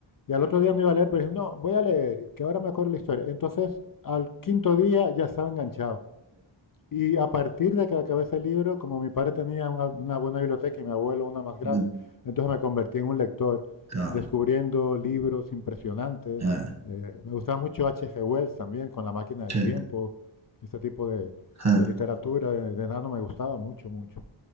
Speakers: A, on the left; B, on the right.
A: y al otro día no iba a leer, pero dije, no, voy a leer, que ahora me acuerdo la historia. Entonces, al quinto día ya estaba enganchado. Y a partir de que acabé ese libro, como mi padre tenía una, una buena biblioteca y mi abuelo una más grande,
B: mm,
A: entonces me convertí en un lector,
B: ah,
A: descubriendo libros impresionantes.
B: ah,
A: Eh, me gustaba mucho H. G. Wells también, con La máquina del
B: sí,
A: tiempo, este tipo de,
B: ah.
A: de literatura de, de nano me gustaba mucho, mucho.